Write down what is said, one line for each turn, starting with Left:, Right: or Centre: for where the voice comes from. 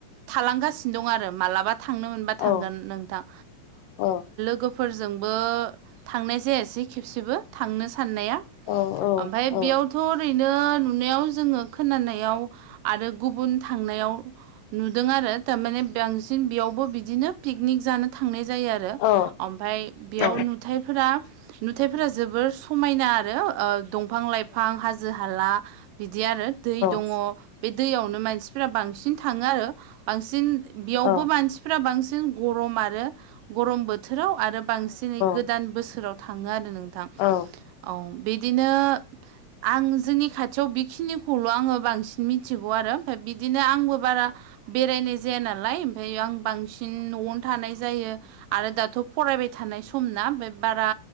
Right: थालांगासिनो दं आरो मालाबा थांनो मोनबा थांगोन
Left: औ
Right: नोंथां।
Left: औ
Right: लोगोफोरजोंबो थांनाय जायासै खेबसेबो थांनो साननाया
Left: औ औ
Right: ओमफफ्राय
Left: औ
Right: बेयावथ' ओरैनो नुनायाव जोङो खोनानायाव आरो गुबुन थांनायाव नुदों आरो थारमाने बांसिन बेयावबो बिदिनो पिकनिक जानो थांनाय जायो आरो।
Left: औ
Right: ओमफाय बेयाव
Left: औ
Right: नुथायफोरा नुथायफोरा जोबोर समायना आरो ओ दंफां लाइफां हाजो हाला बिदि आरो दै दङ
Left: औ
Right: बे दैयावनो मानसिफोरा्रा बांसिन थाङो आरो। बांसिन
Left: औ
Right: बेयावबो मानसि फोर्रा बांसिन गरम आरो गरम बोथोराव आरो बांसिनै गोदान
Left: औ
Right: बोसोराव थाङो आरो नोंथां
Left: औ औ
Right: औ बिदिनो आं जोंनि खाथियाव बेखिनिखौल' आङो बांसिन मिथिगौ आरो ओमफ्राय बिदिनो आं आ बारा बेरायनाय जाया नालाय ओमफ्रायायो आं बांसिन न'आवनो थानाय जायो। आरो दाथ' फरायबाय थानाय समना बे बारा